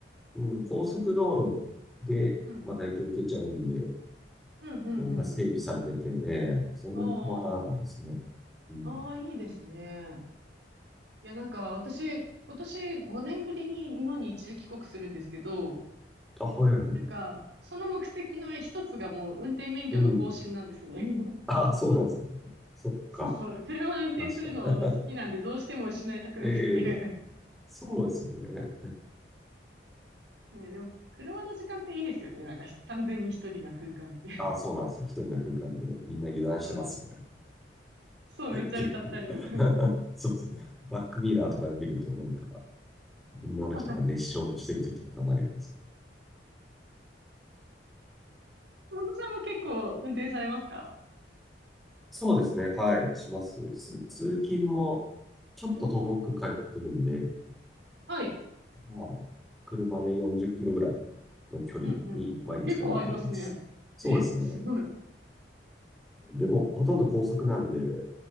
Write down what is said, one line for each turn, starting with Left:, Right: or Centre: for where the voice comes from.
Centre: うん、
Right: うん。
Centre: 高速道路で、
Right: うん。
Centre: まあ、大体行けちゃうんで、
Right: うん、うん、
Centre: そういうのが整備されてて、
Right: うん、うん。
Centre: ええそんなに困らないですね。
Right: あ
Centre: うん。
Right: あ、ああ、いいですね。いや、なんか私、今年5年ぶりに日本に一時帰国するんですけど、
Centre: あ、はいはい。
Right: なんか、その目的の一つがもう運転免許の更新なんですね。
Centre: うん。
Right: <laughs>
Centre: あ、そうなんですね。そっか。
Right: そうそう。車運転するの好きなんでどうしても失いたくなくて。
Centre: 確か。ええそうですよね。
Right: <laughs> ね、でも、車の時間っていいですよね。なんかひ完全に一人な空間って。
Centre: あ、そうなんですよ。一人の空間でみんな油断してますよね。
Right: <laughs> うん。そう、めっちゃ歌ったりとかね。
Centre: 結構 <laughs> そうそう。バックミラーとかで見ると、なんか、女の人が熱唱してる時とかたまにありますよね。
Right: <laughs> 小野さんも結構運転されますか
Centre: そうですね。はい。します。つ通勤も、ちょっと遠く通ってるんで、
Right: うん。はい。
Centre: まあ、車で40キロぐらいの距離に毎日通ってる感じです。
Right: うん、うん、うん。お結構ありますね。
Centre: そうですね。
Right: え、すごい。
Centre: でも、ほとんど高速なんで、